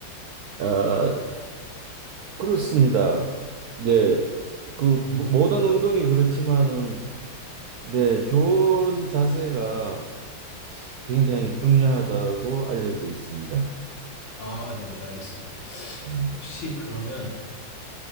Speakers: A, on the right (about 75°); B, on the left (about 75°).
A: 아, 그렇습니다. 네, 그
B: 음,
A: 모- 모든 운동이 그렇지만은, 네, 좋은 자세가 굉장히 중요하다고 알려져 있습니다.
B: 아 네네 알겠습니다.
A: 음.
B: 혹시 그러면